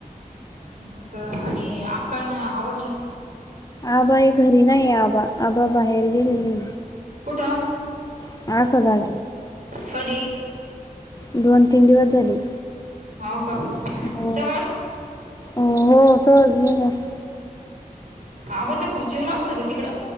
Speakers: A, on the right; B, on the left.
A: मग आणि आक्का अन आबाच्या
B: आबा हे घरी नाहीये आबा, आबा बाहेर गेलेले.
A: कुठं.
B: <unintelligible>
A: कधी.
B: दोन तीन दिवस झाले.
A: हांव का.
B: हो
A: सहज
B: हो सहज गेलेत.
A: आबाचा खूप जीव लागतो गं तिकडं.